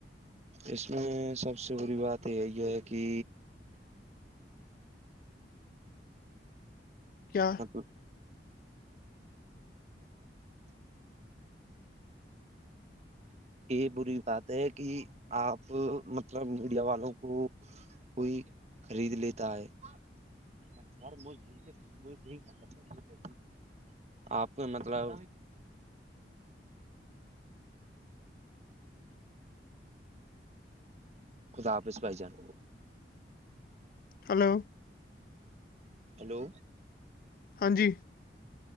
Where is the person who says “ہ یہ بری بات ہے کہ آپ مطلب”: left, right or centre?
Right